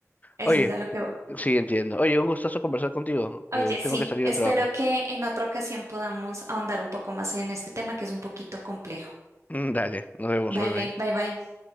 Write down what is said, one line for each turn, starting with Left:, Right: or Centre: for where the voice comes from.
Right: eso
Left: Oye,
Right: es a lo que voy.
Left: sí, entiendo. Oye, un gustazo conversar contigo. Eh,
Right: Oye,
Left: tengo
Right: sí,
Left: que salir
Right: espero
Left: del trabajo.
Right: que en otra ocasión podamos ahondar un poco más en este tema que es un poquito complejo.
Left: Mm, Dale, nos vemos,
Right: Vale,
Left: hoy bye.
Right: bye bye.